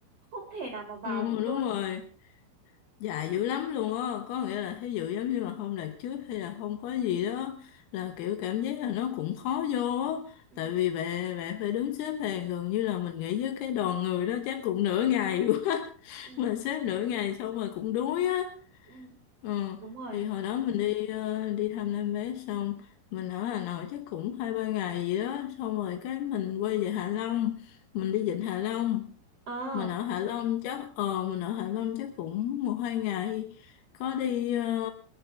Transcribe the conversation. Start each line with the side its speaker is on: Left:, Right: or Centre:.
Right: không thể nào mà vào
Left: ừ,
Right: được luôn
Left: đúng rồi dài dữ lắm luôn á có nghĩa
Right: ừ
Left: là thí dụ giống như mà không đạt trước hay là không có gì đó là kiểu cảm giác là nó cũng khó vô á
Right: ừ
Left: tại vì bạn bạn phải đứng xếp hàng gần như là mình nghĩ với cái đoàn người đó chắc cũng nửa ngày <laughs> quá
Right: ừ,
Left: mà xếp nửa ngày xong rồi cũng đuối á
Right: ừ.
Left: Ờ,
Right: đúng rồi
Left: thì hồi đó mình đi ờ, đi thăm Nam Bé xong mình ở Hà Nội chắc cũng hai ba ngày gì đó xong rồi cái mình quay về Hạ Long mình đi vịnh Hạ Long
Right: ờ
Left: mình ở Hạ Long chắc ờ mình ở Hạ Long chắc cũng một hai ngày có đi ờ,